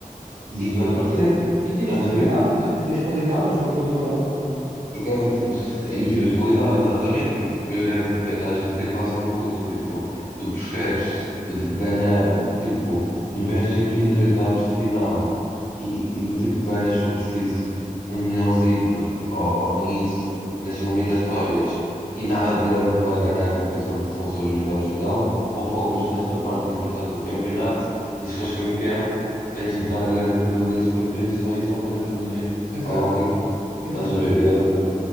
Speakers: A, on the left; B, on the right.
A: desaparecerem.
B: E, e- e tiras
A: Estás
B: qualidade,
A: a ver?
B: não é? Tiras qualidade aos jogos da Liga Europa também.
A: Porque é do tipo, aí tiras qualidade, exatamente, porque depois é do tipo, é estás a dizer quase a um clube, do tipo, tu preferes, do tipo, ganhar, tipo, investes aqui nos oitavos de final e, e do tipo, ganhas se for preciso um milhãozito, ou, ou nem isso, nas eliminatórias, e nada te garante que vais ganhar a competição porque são só os oitavos de final, ou focas nesta parte importante do campeonato, e se fores campeão, tens entrada garantida na Liga dos Campeões e só isso são 40 milhões,
B: Exato,
A: a lá o que é que é.
B: exato.
A: Estás a ver? E era tipo